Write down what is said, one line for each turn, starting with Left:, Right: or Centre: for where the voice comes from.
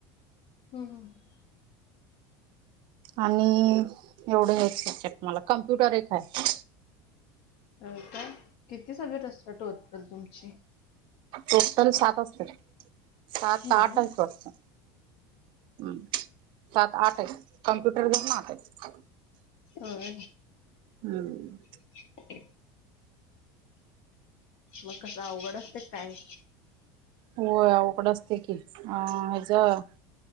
Left: हम्म हम्म.
Right: आणि एवढं एक सबजेक्ट मला कम्प्युटर एक आहे.
Left: हो का किती सब्जेक्ट असतात टोटल तुमची?
Right: टोटल सात असत्यात, सात
Left: हम्म
Right: आठ आहेत वाटतं. हम्म सात आठ आहेत कम्प्युटर दरून आठ आहेत
Left: होय
Right: हम्म
Left: <inaudible> मग कस अवघड असते काय?
Right: होय अवघड असते की याचं